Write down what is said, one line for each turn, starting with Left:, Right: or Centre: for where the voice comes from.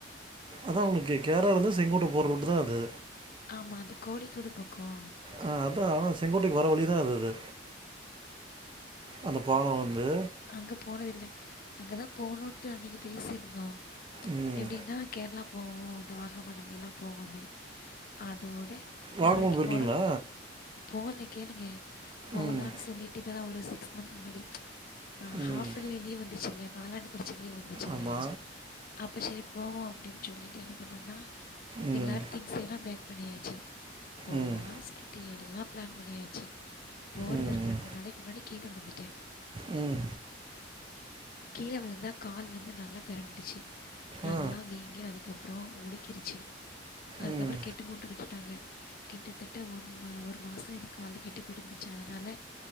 Right: அதா உங்களுக்கு கேரளா இருந்து செங்கோட்ட போற ரூட்டு தா அது
Left: ஆமா அது கோழிக்கூடு பக்கோ
Right: ஆ அதா ஆனா செங்கோட்டைக்கு வர வழிதா அதுது அந்த பாலொ வந்து
Left: அங்க போனதில்ல அங்க தா போணுன்ட்டு அன்னைக்கு பேசியிருந்தோ
Right: ம்.
Left: எப்டின்னா கேர்ளா போவோ அந்த வாகமான் அங்க எல்லா போவோன்னு அதோட
Right: வாகமன்
Left: நாளைக்கு
Right: போயிருக்கீங்களா?
Left: போறோ போகல கேளுங்க போகலானு
Right: ம்.
Left: சொல்லிட்டு இப்பதா ஒரு சிக்ஸ் மந்த் முன்னாடி
Right: ம்.
Left: ஹாஃப் எர்லி லீவ் வந்துச்சுல்ல காலாண்டு பரிச்ச லீவ் வந்துச்சுல்ல
Right: ஆமா.
Left: அப்போ சரி போவோ அப்டின் சொல்லிட்டு என்ன பண்ணோனா
Right: ம்.
Left: எல்லாரு திங்ஸ் எல்லா பேக் பண்ணியாச்சு போலான்
Right: ம்.
Left: சொல்ட்டு எல்லா பிளான் பண்ணியாச்சு போறதற்
Right: ம்.
Left: ரெண்டு நாளைக்கு முன்னாடி கீழ விழுந்துட்ட
Right: ம்
Left: கீழ விழுந்தா கால் வந்து நல்லா பெரண்டுடுச்சு நல்லா
Right: ஆ.
Left: வீ வீங்கி அதுக்கப்றோ உலுக்கிருச்சு அதுகப்றோ
Right: ம்.
Left: கட்டு போட்டு விட்டுட்டாங்க கிட்டத்தட்ட ஒன் ஒரு மாசொ எனக்கு கால்ல கெட்டி போட்ருந்துச்சு அதனால